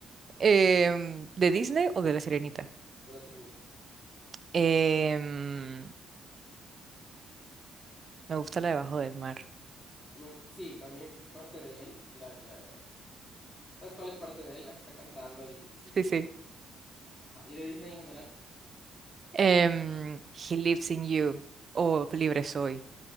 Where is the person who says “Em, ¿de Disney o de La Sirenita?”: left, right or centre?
Right